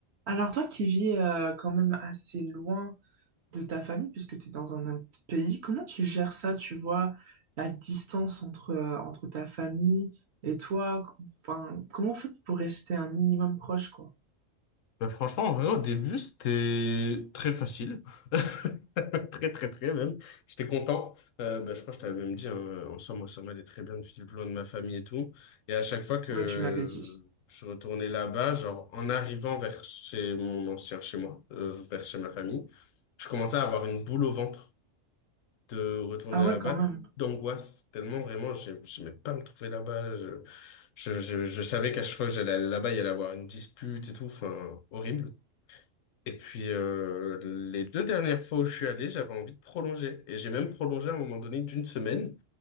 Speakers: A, on the right (about 60°); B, on the left (about 80°).
A: Alors toi qui vis euh, quand même assez loin de ta famille, puisque tu es dans un autre pays, comment tu gères ça, tu vois, la distance entre, euh, entre ta famille et toi? Enfin, comment on fait pour rester un minimum proche, quoi?
B: Bah, franchement, en vrai, au début, c'était très facile. <laughs> Très, très, très même. J'étais content. Euh, bah, je crois que je t'avais même dit, hein, euh, en soi, moi ça m'allait très bien, depuis le plan de ma famille et tout. Et à chaque fois que
A: Ouais, tu me l'avais dit.
B: je retournais là-bas, genre, en arrivant vers chez mon ancien chez moi, euh, vers chez ma famille, je commençais à avoir une boule au ventre de retourner
A: Ah
B: là-bas,
A: ouais, quand même.
B: d'angoisse. Tellement, vraiment, j'ai- j'aimais pas me trouver là-bas. Je, je, je, je savais qu'à chaque fois que j'allais là-bas, il y allait avoir une dispute et tout. Enfin, horrible. Et puis, euh, les deux dernières fois où je suis allé, j'avais envie de prolonger. Et j'ai même prolongé à un moment donné d'une semaine.